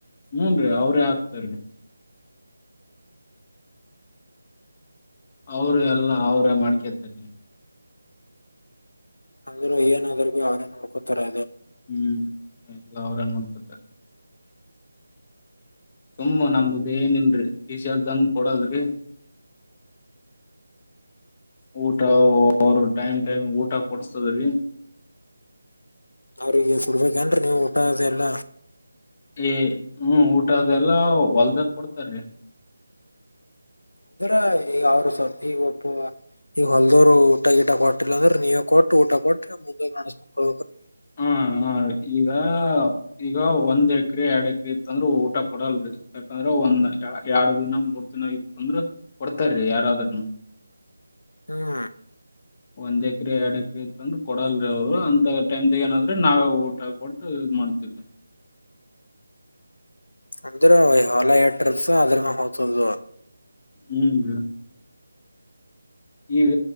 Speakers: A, on the left (about 30°); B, on the left (about 85°).
A: ಹೂನ್ರಿ ಅವ್ರೇ ಹಾಕ್ತಾರಿ. ಹೌರಿ ಎಲ್ಲ ಅವ್ರ ಮಾಡ್ಕೇರ್ತಾರೆ
B: ಹಂಗಾರೆ ಏನಾದ್ <unintelligible> ಅವ್ರ ನಡ್ಕೋತಾರೆ
A: ಹ್ಮ್ ಎಲ್ಲ ಅವ್ರೆ ನೋಡ್ತ ಸುಮ್ಮ ನಮ್ದ ಏನನ್ರರಿ ಡೀಸೆಲ್ದಂಗ ಕೊಡದ್ರಿ ಊಟ ಅವರು ಟೈಮ್ ಟೈಮ್ ಊಟ ಕೊಡ್ಸ್ದ್ರಿ
B: ಅವ್ರಿಗೆ ಕೊಡ್ಬೇಕೇನ್ ಕೆಂಡ್ರಿ ನೀವು ಊಟದೆಲ್ಲ
A: ಏ ಹ್ಮ್ ಊಟ ಅದೆಲ್ಲ ಹೊಲ್ದಾಗ ಕೊಡ್ತಾರೀ
B: ಅಂದ್ರ ಈಗ ಅವ್ರ ಸರ್ತಿ ಈಗ್ ಒಪ್ಪುವ ಈಗ ಹೊಲ್ದವ್ರು ಊಟ ಗೀಟ ಕೊಟ್ಟಿಲ್ಲ ಅಂದ್ರೆ ನೀವ ಕೊಟ್ಟು ಊಟ ಕೊಟ್ಟ್ರೆ ಮುಂದೆ ನಡಸ್ಬೆಕ್
A: ಹ್ಮ್ ಹ್ಮ್ ಈಗ ಈಗ ಒಂದ್ ಎಕರೆ ಎರಡ್ ಎಕ್ ಇತ್ ಅಂದ್ರ ಊಟ ಕೊಡಲ್ರಿ ಯಾಕಂದ್ರ ಒಂದ್ ಎರಡ್ ದಿನ ಮೂರ್ ದಿನ ಇತ್ತ ಅಂದ್ರ ಕೊಡ್ತಾರೀ ಯಾರಾದರನು
B: ಹ್ಮ್
A: ಒಂದ್ ಎಕ್ರೆ ಎರಡ್ ಎಕ್ರೆ ಇತಂದ್ರ ಕೊಡಲ್ರಿ ಅವ್ರು ಅಂತ ಟೈಮದಾಗ್ ಏನಾದ್ರೆ ನಾವೇ ಊಟ ಕೊಟ್ಟು ಮಾಡ್ತಿಲ್ಲ
B: ಅಂದ್ರೆ ಹೊಲ ಎಡ್ ಟ್ರಿಪ್ಸ ಅದ್ರನ ಹೋಗ್ತದು
A: ಹ್ಮ್ದ ಈಗ